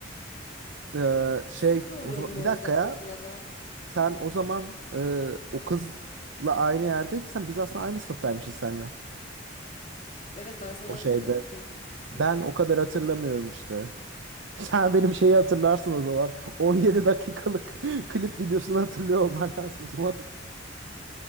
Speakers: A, on the right; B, on the left.
A: Ee, şey
B: Sinir oluyordum
A: o zaman
B: o
A: bir dakika
B: yüzden
A: ya.
B: okula da.
A: Sen o zaman e, o kızla aynı yerdeydiysen biz aslında aynı sınıftaymışız seninle.
B: Evet ben seni
A: O
B: hatırlıyorum
A: şeyde.
B: ki sınıftan.
A: Ben o kadar hatırlamıyorum işte. <laughs> Sen benim şeyi hatırlarsın o zaman. 17 dakikalık <laughs> klip videosunu hatırlıyor olman lazım o zaman.